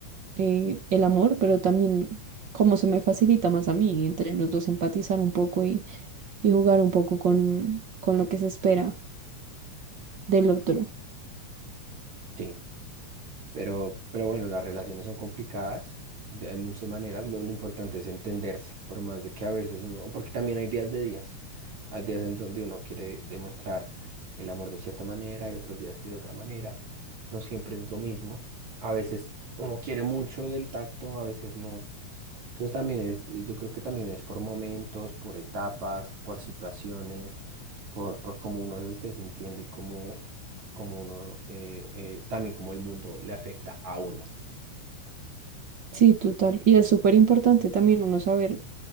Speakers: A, on the right (about 45°); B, on the right (about 65°).
A: eh, el amor, pero también cómo se me facilita más a mí, entre los dos empatizar un poco y, y jugar un poco con, con lo que se espera del otro.
B: Sí. Pero, pero bueno, las relaciones son complicadas, de- hay muchas maneras, lo, lo importante es entenderse, por más de que a veces uno, porque también hay días de días, hay días en donde uno quiere demostrar el amor de cierta manera y otros días que de otra manera, no siempre es lo mismo, a veces uno quiere mucho del tacto, a veces no. Entonces también es, eh, yo creo que también es por momentos, por etapas, por situaciones, por, por cómo uno se esté sintiendo y cómo, cómo uno, eh, eh, también cómo el mundo le afecta a uno.
A: Sí, total. Y es súper importante también uno saber